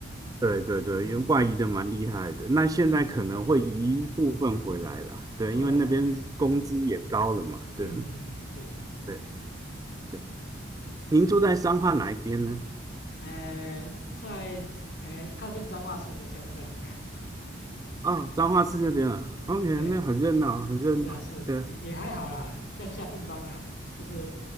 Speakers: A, on the right (about 20°); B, on the left (about 60°).
A: 对对对，
B: 嗯嗯，
A: 因为外移的蛮厉害的，那现在可能会移一部分回来啦，
B: 这样子，嗯嗯，
A: 对，
B: 哦，OK，
A: 因为那边工资也高了嘛，
B: 嗯嗯嗯，
A: 对
B: 是，
A: 对对。您住在彰化哪一边呢？
B: 哎，在哎靠近彰化市的乡镇，哎，
A: 哦，彰化市这边啊，OK，
B: 对，
A: 那很热闹，很热闹，
B: 是啊，是也也还好啦，
A: 对。
B: 乡下地方啦，就是，